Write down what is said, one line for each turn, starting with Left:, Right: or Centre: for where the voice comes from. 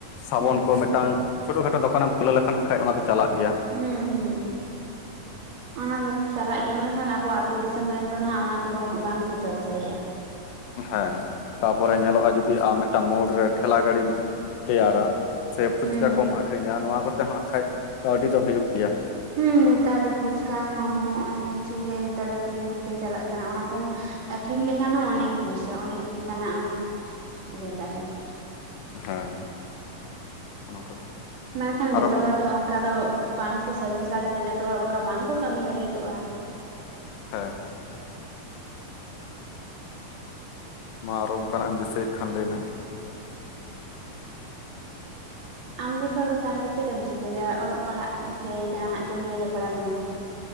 Left: ᱥᱟᱵᱚᱱ
Right: ᱦᱩᱸ
Left: ᱠᱚ ᱢᱤᱫᱴᱟᱝ ᱪᱷᱳᱴᱳ ᱠᱷᱟᱴᱳ ᱫᱚᱠᱟᱱᱮᱢ ᱠᱷᱩᱞᱟᱹᱣ ᱞᱮᱠᱷᱟᱱ ᱦᱟᱸᱜ ᱠᱷᱟᱡ ᱚᱱᱟ ᱫᱚ ᱪᱟᱞᱟᱜ ᱜᱮᱭᱟ,
Right: ᱦᱩᱸ ᱦᱩᱸ ᱾ ᱚᱱᱟ ᱫᱚ ᱪᱟᱞᱟᱜ ᱜᱮᱭᱟ ᱢᱮᱱᱠᱷᱟᱱ ᱟᱵᱚ ᱟᱛᱳ ᱫᱤᱥᱚᱢ ᱨᱮᱱ ᱫᱚ ᱱᱟᱦᱟᱸᱜ ᱚᱱᱟ ᱠᱚᱫᱚ ᱩᱱᱟᱹᱜ ᱵᱟᱝ ᱠᱚ ᱪᱚᱨᱪᱟᱭᱮᱫᱼᱟ᱾
Left: ᱦᱮᱸ᱾ ᱛᱟᱨᱯᱚᱨᱮ ᱧᱮᱞᱚᱜ-ᱟ ᱡᱩᱫᱤ ᱟᱢ ᱢᱤᱫᱴᱟᱝ ᱢᱳᱲ ᱨᱮ ᱴᱷᱮᱞᱟ ᱜᱟᱹᱰᱤᱢ ᱛᱮᱭᱟᱨᱟ ᱥᱮ ᱯᱷᱩᱪᱠᱟ
Right: ᱦᱩᱸ
Left: ᱠᱚᱢ ᱟᱹᱠᱷᱨᱤᱧᱟ ᱱᱚᱣᱟ ᱠᱚᱛᱮ ᱦᱚᱸ ᱵᱟᱠᱷᱟᱡ ᱠᱟᱹᱣᱰᱤ ᱫᱚ ᱦᱩᱭᱩᱜ ᱜᱮᱭᱟ᱾
Right: ᱦᱩᱸ ᱱᱮᱛᱟᱨ ᱫᱚ ᱯᱷᱩᱪᱠᱟ ᱢᱳᱢᱳ ᱚᱱᱮᱠ ᱠᱤᱪᱷᱩ ᱜᱮ ᱱᱮᱛᱟᱨ ᱫᱚ ᱴᱨᱮᱱᱰᱤᱝ ᱨᱮ ᱪᱟᱞᱟᱜ ᱠᱟᱱᱟ ᱚᱱᱟ ᱠᱚ ᱟᱹᱠᱷᱨᱤᱧ ᱞᱮᱠᱷᱟᱱ ᱦᱚᱸ ᱚᱱᱮᱠ ᱯᱩᱭᱥᱟ, ᱚᱱᱮᱠ ᱞᱮᱠᱟᱱᱟᱜ ᱮᱢ ᱤᱭᱟᱹ ᱫᱟᱲᱮᱭᱟᱜ-ᱟ᱾
Left: ᱦᱮᱸ᱾ ᱚᱱᱟ ᱚᱝᱠᱟ ᱜᱮ᱾
Right: ᱢᱮᱱᱠᱷᱟᱱ
Left: ᱟᱨᱚ
Right: ᱡᱚᱛᱚ
Left: ᱵᱚᱱ
Right: ᱦᱚᱲ ᱫᱚ ᱚᱱᱠᱟ ᱫᱚ ᱵᱟᱝ ᱠᱚ ᱥᱟᱹᱦᱩᱥᱟ ᱥᱮ ᱡᱚᱛᱚ ᱦᱚᱲ ᱚᱱᱠᱟ ᱵᱟᱝᱠᱚ ᱠᱟᱹᱢᱤ ᱞᱟᱹᱜᱤᱫᱚᱜ-ᱟ᱾
Left: ᱦᱮᱸ ᱦᱮᱸ᱾ ᱢᱟ ᱟᱨᱚ ᱚᱱᱠᱟᱱᱟᱜ ᱮᱢ ᱫᱤᱥᱟᱹᱭᱮᱫ ᱠᱷᱟᱱ ᱞᱟᱹᱭ ᱢᱮ᱾
Right: ᱟᱢ ᱫᱚ ᱫᱟᱫᱟ ᱛᱟᱦᱚᱞᱮ ᱪᱮᱫ ᱮᱢ ᱪᱤᱠᱟᱹᱭᱫᱟ? ᱚᱞᱚᱜ ᱯᱟᱲᱦᱟᱜ ᱥᱮ ᱡᱟᱦᱟᱸᱱᱟᱜ ᱠᱟᱹᱢᱤ ᱨᱮ ᱡᱚᱯᱲᱟᱣ ᱢᱮᱱᱟᱢᱟ?